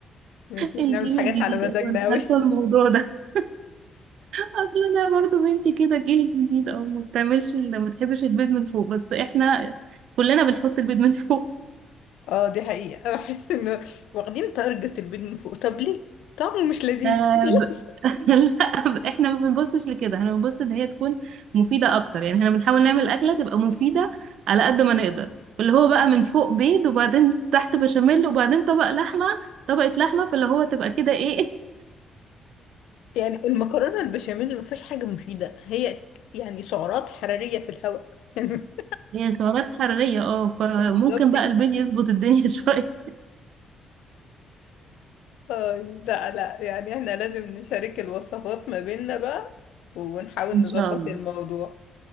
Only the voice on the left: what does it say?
ماشي
بنعمل حاجات
على مزاجنا
اوي
اه دي حقيقة بحس انه واخدين تارجت البيض من فوق طب ليه؟ طعمه مش لذيذ
<laughs> خلاص
يعني المكرونة البشاميل ما فيهاش حاجة مفيدة هي يعني سعرات حرارية في الهواء <laughs> يعني
بالظبط كده.
اه لا لا يعني احنا لازم نشارك الوصفات ما بيننا بقى ونحاول
نظبط
الموضوع